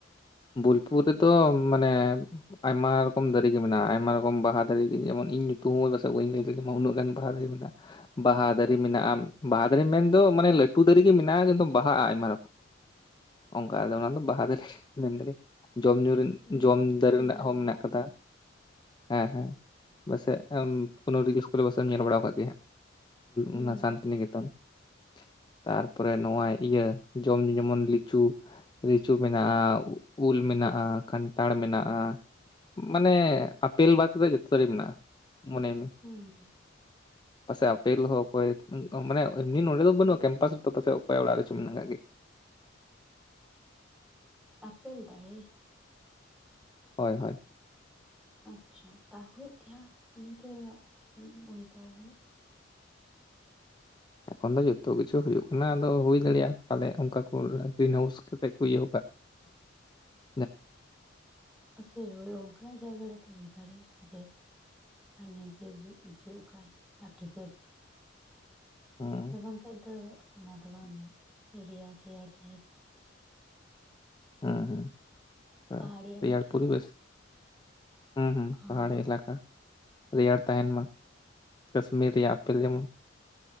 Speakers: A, on the left (about 25°); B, in the centre.
A: ᱵᱳᱞᱯᱩᱨ ᱨᱮᱫᱚ
B: ᱟᱨ
A: ᱢᱟᱱᱮ ᱟᱭᱢᱟ ᱨᱚᱠᱚᱢ ᱫᱟᱨᱮᱜᱮ ᱢᱮᱱᱟᱜᱼᱟ ᱟᱭᱢᱟ ᱨᱚᱠᱚᱢ ᱵᱟᱦᱟ ᱫᱟᱨᱮ ᱡᱮᱢᱚᱱ ᱤᱧ ᱧᱩᱛᱩᱢ ᱦᱚᱸ ᱯᱟᱹᱥᱮᱡ ᱵᱟᱹᱧ ᱞᱟᱹᱭ ᱫᱟᱲᱮ ᱢᱟ ᱩᱱᱟᱹᱜ ᱜᱟᱱ ᱵᱟᱦᱟ ᱢᱮᱱᱟᱜᱼᱟ ᱵᱟᱦᱟ ᱫᱟᱨᱮ ᱢᱮᱱᱟᱜᱼᱟ ᱵᱟᱦᱟ ᱫᱟᱨᱮ ᱢᱮᱱᱫᱚ ᱢᱟᱱᱮ ᱞᱟᱹᱴᱩ ᱫᱟᱨᱮ ᱜᱮ ᱢᱮᱱᱟᱜᱼᱟ ᱠᱤᱱᱛᱩ ᱵᱟᱦᱟ ᱟᱭᱢᱟ ᱚᱱᱠᱟ ᱚᱱᱟ ᱫᱚ ᱵᱟᱦᱟ ᱫᱟᱨᱮ ᱢᱮᱱ ᱫᱟᱲᱮ ᱡᱚᱢ ᱧᱩ
B: ᱦᱩᱸ
A: ᱡᱚᱢ ᱫᱟᱨᱮ
B: ᱪᱮᱦᱨᱟ
A: ᱨᱮᱱᱟᱜ ᱦᱚᱸ
B: ᱵᱟᱦᱟᱜ
A: ᱢᱮᱱᱟᱜ ᱟᱠᱟᱫᱟ
B: ᱜᱮᱭᱟ
A: ᱦᱮᱸ ᱦᱮᱸ ᱯᱟᱥᱮᱡ ᱠᱳᱱᱳ ᱨᱮᱜᱤ ᱤᱥᱠᱩᱞ ᱯᱟᱥᱮᱡ ᱧᱮᱞ ᱵᱟᱲᱟ ᱟᱠᱟᱫ ᱜᱮ
B: ᱦᱩᱸ
A: ᱚᱱᱟ ᱥᱟᱱᱛᱤᱱᱤᱠᱮᱛᱚᱱ <inaudible> <inaudible> ᱛᱟᱨᱯᱚᱨᱮ ᱱᱚᱜᱼᱚᱭ ᱤᱭᱟᱹ ᱡᱚᱢ ᱧᱩ ᱡᱮᱢᱚᱱ ᱞᱤᱪᱩ ᱞᱤᱪᱩ ᱢᱮᱱᱟᱜᱼᱟ ᱩᱞ ᱢᱮᱱᱟᱜᱼᱟ ᱠᱟᱱᱴᱷᱟᱲ ᱢᱮᱱᱟᱜᱼᱟ ᱢᱟᱱᱮ ᱟᱯᱮᱞ ᱵᱟᱫ ᱠᱟᱛᱮ ᱫᱚ ᱡᱚᱛᱚ ᱜᱮ ᱢᱮᱱᱟᱜᱼᱟ ᱢᱚᱱᱮ ᱢᱮ
B: ᱦᱩᱸ
A: ᱯᱟᱥᱮ ᱟᱯᱮᱞ ᱦᱚ ᱦᱳᱭ ᱢᱟᱱᱮ ᱮᱢᱱᱤ ᱱᱚᱸᱰᱮ ᱫᱚ ᱵᱟᱹᱱᱩᱜᱼᱟ ᱠᱮᱢᱯᱟᱥ ᱨᱮ ᱯᱟᱥᱮ ᱚᱠᱚᱭ ᱚᱲᱟᱜ ᱨᱮᱪᱚ ᱢᱮᱱᱟᱜ ᱠᱟᱜ ᱜᱮ <inaudible>
B: ᱵᱮᱞ ᱫᱟᱲᱮ
A: ᱦᱳᱭ ᱦᱳᱭ
B: ᱟᱪᱪᱷᱟ ᱛᱟᱣ ᱦᱩᱭᱩᱜ ᱜᱮᱭᱟ ᱱᱤᱝᱠᱟᱹ ᱚᱭᱮᱫᱟᱨ ᱨᱮ
A: ᱮᱠᱷᱚᱱ ᱫᱚ ᱡᱚᱛᱚ ᱠᱤᱪᱷᱩ ᱦᱩᱭᱩᱜ ᱠᱟᱱᱟ ᱟᱫᱚ ᱦᱩᱭ ᱫᱟᱲᱮᱭᱟᱜᱼᱟ ᱯᱟᱞᱮ ᱚᱱᱠᱟ ᱠᱚ ᱜᱨᱤᱱ ᱦᱟᱣᱩᱥ ᱠᱟᱛᱮ ᱠᱚ ᱤᱭᱟᱹ ᱠᱟᱜ <inaudible> <inaudible>
B: ᱦᱮᱸ ᱥᱮᱭ ᱚᱱᱠᱟᱱᱟᱜ ᱡᱟᱭᱜᱟ ᱨᱮᱛᱚ ᱦᱩᱭ ᱫᱟᱲᱮᱭᱟᱜ ᱟᱡ ᱱᱤᱡᱮ ᱡᱩᱜ ᱠᱷᱟᱱ ᱟᱹᱰᱤ ᱵᱮᱥ
A: ᱦᱩᱸ
B: ᱜᱮ ᱵᱟᱝᱠᱷᱟᱡ ᱫᱚ ᱚᱱᱟ ᱫᱚ ᱵᱟᱝ ᱨᱮᱭᱟᱲ ᱨᱮᱭᱟᱲ ᱡᱟᱭᱜᱟ
A: ᱦᱮᱸ ᱦᱮᱸ ᱟᱨ
B: ᱯᱟᱦᱟᱲᱤ ᱮᱞᱟᱠᱟ
A: ᱨᱮᱭᱟᱨ ᱯᱚᱨᱤᱵᱮᱥ ᱦᱩᱸ ᱦᱩᱸ
B: ᱦᱚᱸ
A: ᱯᱟᱦᱟᱲᱤ ᱮᱞᱟᱠᱟ ᱨᱮᱭᱟᱲ ᱛᱟᱦᱮᱱ ᱢᱟ ᱠᱟᱥᱢᱤᱨ ᱨᱮᱭᱟᱜ ᱟᱯᱮᱞ ᱡᱮᱢᱚᱱ